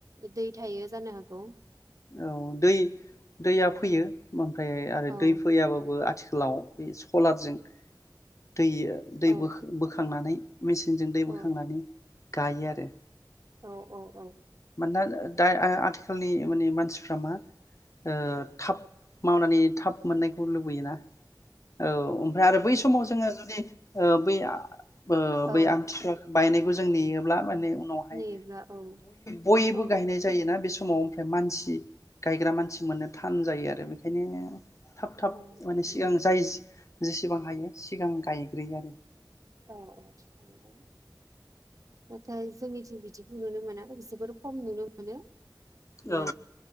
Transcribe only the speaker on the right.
दै थायो जानो हागौ।
औ
औ
औ
औ औ औ
औ
नेयोब्ला औ
औ
औ
औ औ फोथाय जोंनिथिं बिदिखौ नुनो मोना जोबोर खम नुनो मोनो मा